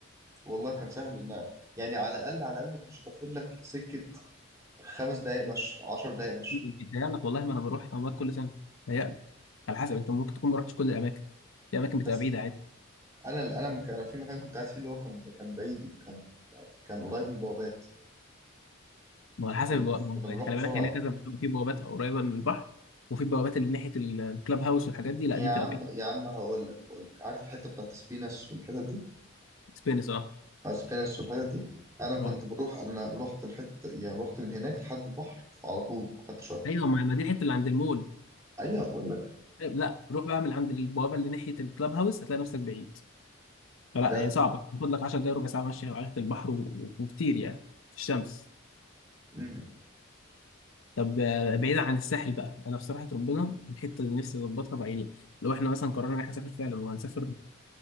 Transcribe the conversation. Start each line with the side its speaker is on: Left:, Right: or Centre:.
Right: والله كان سهل ان يعني على الاقل على الاقل مش هتاخد لك سكه خمس دقايق مشي عشر دقايق مشي
Left: بيتهيألك والله ما انا بروح اماكن كل سنه بيتهيألك على حسب انت ممكن تكون ما رحتش كل الاماكن في اماكن
Right: بس
Left: بتبقى بعيده عادي
Right: انا انا لما كان- انا في مكان كنت قاعد فيه اللي هو كان كان بعيد كان كان قريب من البوابات
Left: ما هو
Right: فكنا
Left: على حسب البو...
Right: بس
Left: ما
Right: كنا
Left: هو
Right: بنروح
Left: يعني خلي
Right: بسرعه
Left: بالك هي ليها
Right: يعني
Left: كذا بوابة. في بوابات قريبه من البحر وفي بوابات اللي ناحيه ال- الكلاب هاوس والحاجات دي لا
Right: يا
Left: دي بتبقى
Right: عم
Left: بعيد
Right: يا عم هقول لك هقول لك عارف الحته بتاعت سبينس والحتت دي
Left: سبينس اه
Right: آه، سبينس والحتت دي انا كنت
Left: اه
Right: بروح انا رحت الحته يعني رحت من هناك لحد البحر على طول ما خدتش وقت
Left: ايوه ما ما دي الحته اللي عند المول
Right: ايوه بقول لك
Left: لا روح بقى من عند البوابه اللي ناحيه الكلاب هاوس هتلاقي نفسك بعيد فلا
Right: بجد
Left: يعني صعبه تاخد لك 10 دقايق ربع ساعه ماشي على ناحيه البحر و... و- وكتير يعني في الشمس
Right: امم
Left: طب آه، بعيدا عن الساحل بقى انا بصراحه ربنا الحته اللي نفسي اظبطها بعيني لو احنا مثلا قررنا ان احنا نسافر فعلا وهنسافر